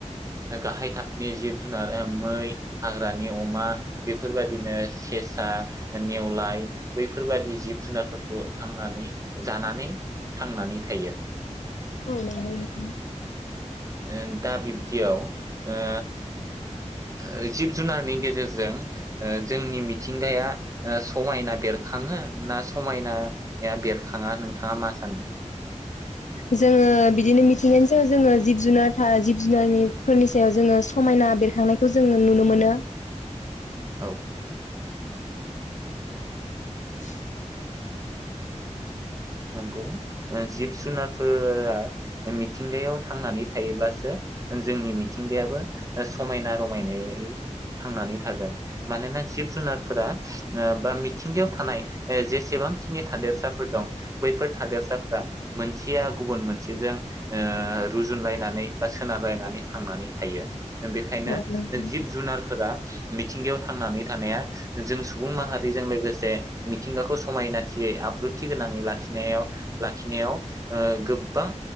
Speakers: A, on the right (about 25°); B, on the left (about 80°).
A: गाहाय थाखोनि जिब जुनार ओ मै हाग्रानि अमा। बेफोरबायदिनो सेसा नेवलाय बैफोरबायदि जिब जुनारफोर बो थांनानै जानानै थांनानै थायो।
B: औ नोंगौ नोंथां।
A: ओ दा बिब्दियाव ओ ओ जिब जुनारनि गेजेरजों ओ जोंनि मिथिंगाया ओ समायना बेरखाङो ना समायनाया बेरखाङा नोंथाङा मा सानो?
B: जोङो बिदिनो मिथिंगानि सायाव जोङो जिब जुनार थार जिब जुनारनिफोरनि सायाव जोङो समायना बेरखांनायखौ जोङो नुनो मोनो।
A: औ।
B: <unintelligible>
A: नंगौ ओ जिब जुनारफोरा मिथिंगायाव थांनानै थायोब्लासो जोंनि मिथिंगायाबो समायना रमायनायै थांनानै थागोन। मानोना जिब जुनारफोरा, ओ बा मिथिंगायाव थानाय ओ जेसेबांखिनि थादेरसाफोर दं बैफोर थादेरसाफ्रा मोनसेया गुबुन मोनसेजों ओ रुजुनलायनानै बा सोनारलायनानै थांनानै थायो। बेखायनो
B: औ नंगौ
A: जिब जुनारफोरा मिथिंगायाव थांनानै थानाया जों सुबुं माहारिजों लोगोसे मिथिंगाखौ समायनाथियै आब्रुथि गोनाङै लाखि नायाव लाखिनायाव ओ गोबबां